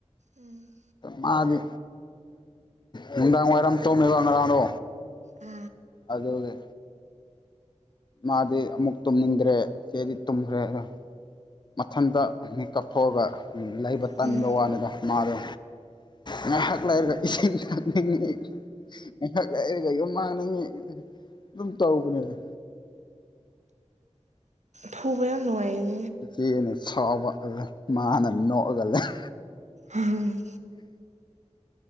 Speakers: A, on the right (about 80°); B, on the left (about 40°).
A: ꯎꯝ
B: ꯃꯥꯗꯤ ꯅꯨꯡꯗꯥꯡ ꯋꯥꯏꯔꯝ ꯇꯨꯝꯃꯦꯕ ꯉꯔꯥꯡꯗꯣ
A: ꯑ
B: ꯑꯗꯨꯒꯤ ꯃꯥꯗꯤ ꯑꯃꯨꯛ ꯇꯨꯝꯅꯤꯡꯗ꯭ꯔꯦ ꯏꯆꯦꯗꯤ ꯇꯨꯝꯈ꯭ꯔꯦ ꯑꯗ ꯃꯊꯟꯇ ꯃꯤ ꯀꯥꯞꯊꯣꯛꯑꯒ ꯂꯩꯕ ꯇꯟꯕ
A: ꯎꯝ
B: ꯋꯥꯅꯤꯗ ꯃꯥꯗꯣ ꯉꯥꯏꯍꯥꯛ ꯂꯩꯔꯒ ꯏꯁꯤꯡ ꯊꯛꯅꯤꯡꯉꯤ ꯉꯥꯏꯍꯥꯛ ꯂꯩꯔꯒ ꯌꯨꯝ ꯍꯥꯡꯅꯤꯡꯉꯤ ꯑꯗꯨꯝ ꯇꯧꯕꯅꯦꯕ
A: ꯐꯨꯕ ꯌꯥꯝ ꯅꯨꯡꯉꯥꯏ
B: <inaudible> ꯁꯥꯎꯕ ꯑꯗꯨ ꯃꯥꯅ ꯅꯣꯛꯑꯒ ꯂꯩ
A: ꯎꯝ